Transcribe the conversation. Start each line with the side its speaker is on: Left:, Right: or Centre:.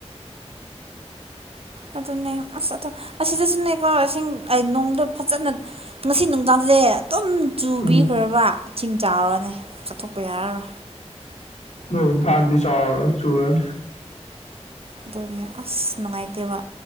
Right: ꯑꯗꯨꯅꯦ ꯑꯁ ꯑ ꯑꯁꯤꯗꯁꯨꯅꯦ ꯀꯣ ꯏꯁꯤꯡ ꯅꯣꯡꯗ ꯐꯖꯅ ꯉꯁꯤ ꯅꯨꯡꯗꯥꯡꯁꯤꯗꯤꯦ ꯑꯗꯨꯝ ꯆꯨꯕꯤꯈ꯭ꯔꯕ
Left: ꯎꯝ
Right: ꯆꯁꯤꯡ ꯆꯥꯎꯔꯅꯦ ꯆꯠꯊꯣꯛꯄ ꯌꯥ꯭ꯔꯥ
Left: ꯅ ꯐꯥꯟꯗꯤ ꯆ ꯆꯨꯔ
Right: ꯑꯗꯨꯅꯦ ꯑꯁ ꯅꯨꯡꯉꯥꯏꯇꯦꯕ